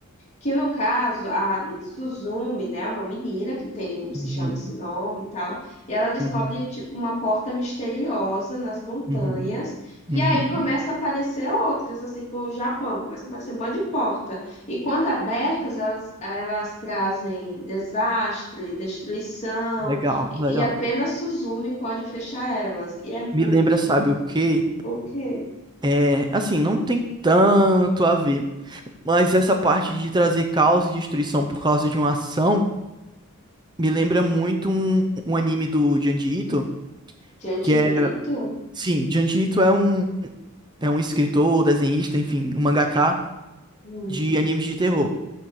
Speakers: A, on the left (about 30°); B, on the right (about 20°).
A: que no caso, a Suzumi, né, uma menina que tem, se
B: uhum,
A: chama esse nome e tal, e ela descobre,
B: uhum,
A: tipo, uma porta misteriosa nas montanhas,
B: uhum, uhum.
A: e aí começa a aparecer outras, assim, pro Japão, começa a aparecer um monte de porta. E quando abertas, elas, elas trazem desastre, destruição,
B: Legal,
A: e,
B: legal.
A: e apenas Suzumi pode fechar elas. E é muito.
B: Me lembra, sabe o quê?
A: O quê?
B: É, assim, não tem tanto a ver, mas essa parte de trazer caos e destruição por causa de uma ação me lembra muito um, um anime do Junji Ito,
A: Janji
B: que é,
A: Ito?
B: sim, Junji Ito é um é um escritor, desenhista, enfim, um mangaka
A: Hum,
B: de animes de terror.